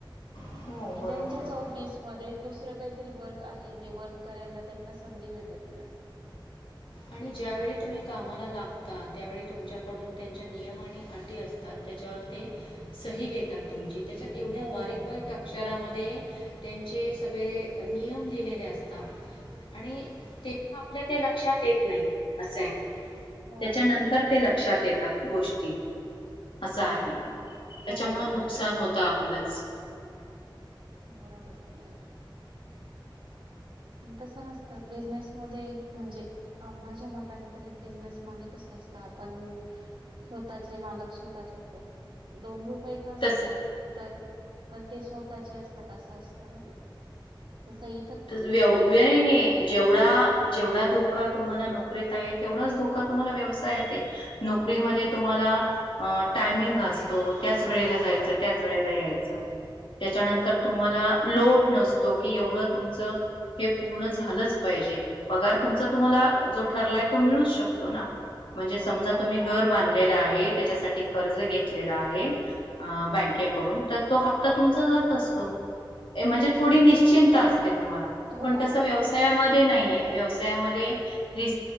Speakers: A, on the left; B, on the right.
A: हो
B: की
A: बरोबर
B: त्यांच्या
A: आहे
B: जॉब वीस मध्ये दुसरं काहीतरी वर्क आहे ते वर्क करायला त्यांना संधी भेटत नाहीस.
A: आणि ज्यावेळी तुम्ही कामाला लागता. त्यावेळी तुमच्याकडून त्यांच्या नियम आणि अटी असतात. त्याच्यावर ते सही घेतात तुमची, त्याच्यात एवढ्या
B: हो
A: बारीक-बारीक
B: हो
A: अक्षरामध्ये त्यांचे सगळे नियम लिहिलेले असतात. आणि ते आपल्या ते लक्षात येत नाही. असं आहे.
B: हो
A: त्याच्यानंतर
B: हो.
A: ते लक्षात येतात गोष्टी, असं आहे.
B: हम्म.
A: त्याच्यामुळं
B: हो
A: नुकसान
B: ते
A: होत. आप लच.
B: बरोबर आहे. बरोबर पण तसं नसतं. बिझनेस मध्ये म्हणजे अ माझ्या मताने तरी बिझनेस मध्ये कस असतं आपण स्वतःचे मालक स्वतःच होतो. दोन रुपये का असे
A: तस
B: ना इथ, पण ते स्वतःचे असतात. असं असतं ना ते, तसंही
A: त व्य व्यने जेवढा-जेवढा धोका तुम्हाला नोकरीत आहे. तेवढाच धोका तुम्हाला व्यवसायत आहे. नोकरीमध्ये तुम्हाला अ टायमिंग असतो. त्याच वेळेला जायचं, त्याच वेळेला यायचं. त्याच्यानंतर
B: हो
A: तुम्हाला लोड नसतो कि एवढं तुमचं हे पूर्ण झालंच पाहिजे. पगार तुमचा तुम्हाला, जो ठरलाय तो मिळूच शकतो ना. म्हणजे समजा
B: हो
A: तुम्ही
B: हो
A: घर बांधलेला आहे. त्याच्यासाठी कर्ज घेतलेला आहे. अ बँकेकडून तर तो हप्ता तुमचा जात असतो. म्हणजे थोडी निश्चिंंत असते तुम्हाला.
B: हो
A: पण तस
B: हो
A: व्यवस् त्यामध्ये नाहीये, व्यवसायामध्ये रि